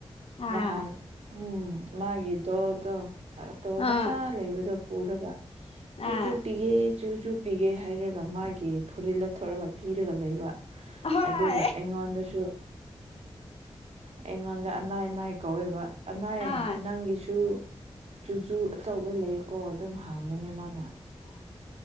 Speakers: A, on the left; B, on the right.
A: ꯑꯥ
B: ꯅꯍꯥꯟ ꯎꯝ ꯃꯥꯒꯤ ꯗꯣꯜꯗꯣ ꯑꯇꯣ
A: ꯑꯥ
B: ꯃꯆꯥ ꯂꯩꯕꯗꯣ ꯄꯨꯔꯒ ꯆꯨꯆꯨꯞ
A: ꯑꯥ
B: ꯄꯤꯒꯦ ꯆꯨ ꯆꯨ ꯄꯤꯒꯦ ꯍꯥꯏꯔꯒ ꯃꯥꯒꯤ ꯐꯨꯔꯤꯜ ꯂꯧꯊꯣꯔꯒ ꯄꯤꯔꯒ ꯂꯩꯕ
A: ꯍꯣꯏ
B: ꯑꯗꯨꯒ ꯑꯩꯉꯣꯟꯗꯁꯨ ꯑꯩꯉꯣꯟꯗ ꯑꯅꯥꯏ ꯅꯥꯏ ꯀꯧꯋꯦꯕ ꯑꯅꯩ
A: ꯑꯥ
B: ꯅꯪꯒꯤꯁꯨ ꯆꯨꯆꯨ ꯑꯆꯧꯕ ꯂꯩꯌꯦꯀꯣ ꯑꯗꯨꯝ ꯍꯪꯕꯅꯦ ꯃꯥꯅ